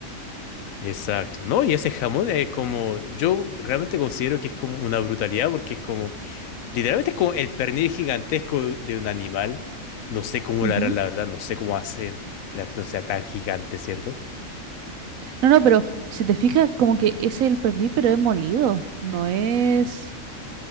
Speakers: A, on the left; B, on the right.
A: Exacto. No, y ese jamón es como, yo realmente considero que es como una brutalidad porque es como... Literalmente es como el pernil gigantesco de un animal. No sé cómo
B: Ujú.
A: lo harán, la verdad. No sé cómo hacen que la cuestión sea tan gigante, ¿cierto?
B: No, no, pero si te fijas, como que es el pernil, pero es molido, no es